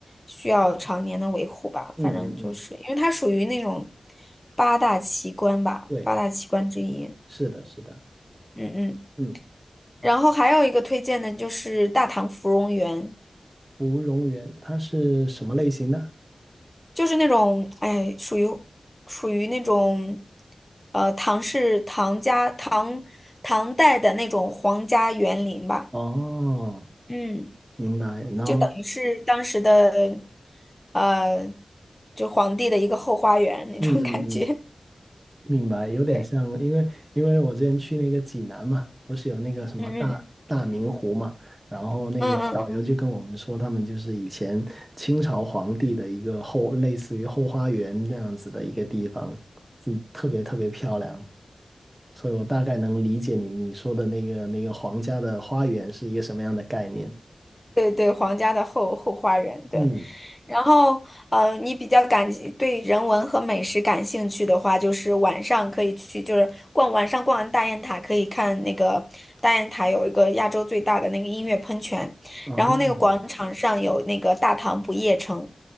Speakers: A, on the left; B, on the right.
A: 需要常年的维护吧。
B: 嗯嗯嗯，
A: 反正就是因为它属于那种八大奇观吧，
B: 对，
A: 八大奇观之一。
B: 是的，是的。
A: 嗯嗯。
B: 嗯，
A: 然后还有一个推荐的就是大唐芙蓉园，
B: 芙蓉园它是什么类型的？
A: 就是那种哎，属于属于那种呃唐氏唐家唐唐代的那种皇家园林吧。
B: 哦，
A: 嗯。
B: 明白。然后
A: 就等于是当时的，呃，就皇帝的一个后花园那种感觉。
B: 嗯嗯嗯，
A: <laughs>
B: 明白，有点像，
A: 对，
B: 因为因为我之前去那个济南嘛，不是有那个什么大大明湖嘛，
A: 嗯嗯
B: 然后那个导游就跟我们说，
A: 嗯嗯嗯嗯，
B: 他们就是以前清朝皇帝的一个后，类似于后花园这样子的一个地方，嗯，特别特别漂亮，所以我大概能理解你你说的那个那个皇家的花园是一个什么样的概念。
A: 对对，皇家的后后花园。对，
B: 嗯，
A: 然后呃，你比较感对人文和美食感兴趣的话，就是晚上可以去，就是逛晚上逛完大雁塔，可以看那个大雁塔有一个亚洲最大的那个音乐喷泉，
B: 哦，
A: 然后那个广场上有那个大唐不夜城。